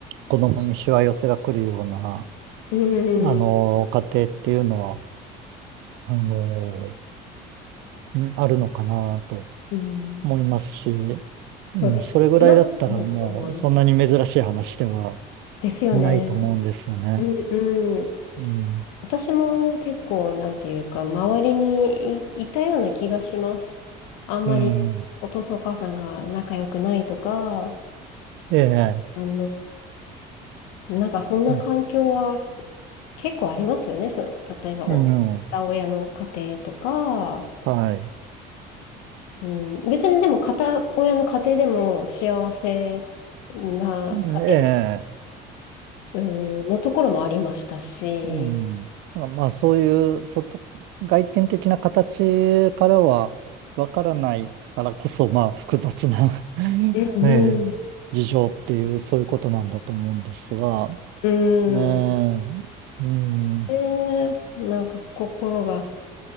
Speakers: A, on the right (about 75°); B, on the left (about 80°).
A: 子供にしわ寄せが来るような、
B: うん。うん。
A: あの、家庭っていうのは、あの、うんあるのかなと
B: うん。
A: 思いますし、うん、
B: そうです。
A: それぐらいだったらもうそんなに珍しい話では
B: 少なくないと思います。ですよね。
A: ないと思うんですよね。
B: うんうん。
A: うん。
B: 私も結構、なんていうか、周りにい、いたような気がします。あんまりお父さんお母さんが仲良くないとか、
A: うん。ええ。
B: あの、なんかそんな環境は
A: うん。
B: 結構ありますよね。そう、例えばお、
A: うん
B: 片親の家庭とか、
A: はい。
B: うん、別にでも片親の家庭でも幸せな家庭か、
A: うんええ。
B: うん、のところもありましたし、
A: うんうんはいええうんまあ、そういう外、外見的な形からはわからないからこそ、まあ、複雑な <laughs>
B: うんうん。
A: ええ、事情っていう、そういうことなんだと思うんですが、
B: うん、
A: ねえ。うん。
B: えーなんか心が